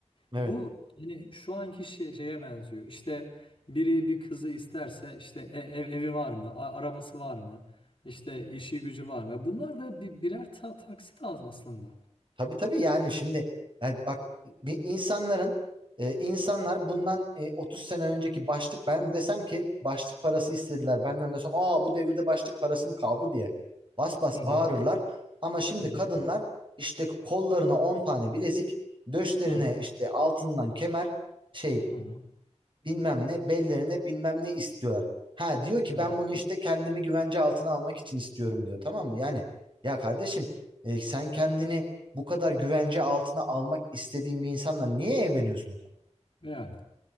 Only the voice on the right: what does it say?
evet.
Tabii tabii yani şimdi yani bak bir insanların e, insanlar bundan e, 30 sene önceki başlık ben desem ki başlık parası istediler benden desem aa bu devirde başlık parası mı kaldı diye bas bas
bağırırlar ama şimdi
kadınlar işte kollarına 10 tane bilezik döşlerine
işte altından kemer şey
bilmem ne bellerine bilmem ne istiyorlar. Ha diyor ki
ben bunu işte kendimi güvence altına almak için istiyorum diyor tamam mı? Yani ya kardeşim e, sen kendini bu kadar güvence altına almak istediğin bir insanla niye evleniyorsun o zaman?